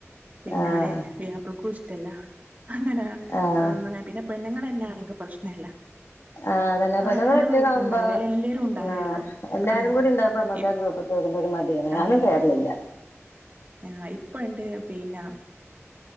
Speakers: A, on the right; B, on the left.
A: പിന്നാണെ
B: ആഹ്
A: പുയാപ്പൾക്കും ഇഷ്ടല്ല അങ്ങനെ
B: ആഹ്
A: ഒന്ന പിന്നെ പെണ്ണുങ്ങൾന്നാണെങ്കിൽ പ്രശ്നല്ല
B: ആഹ് അതന്നെ പെണ്ണ്
A: ആണുങ്ങള്
B: കെട്ടിക്കാഉമ്പാ
A: ഉണ്ടാവേല എല്ലാരും ഉണ്ടാവേല്ലോ
B: ആഹ് എല്ലാരും
A: ആഹ്
B: കൂടി ഇണ്ടാഉമ്പോ ഞമ്മക്ക്
A: ഇപ്
B: ആ ഗ്രൂപ്പ് കേറുമ്പോ ഒരു മടിയാണ് ഞാനും
A: ആഹ്
B: കേറ്ലില്ല്യ
A: ആഹ് ഇപ്പ ഇണ്ട് പിന്നെ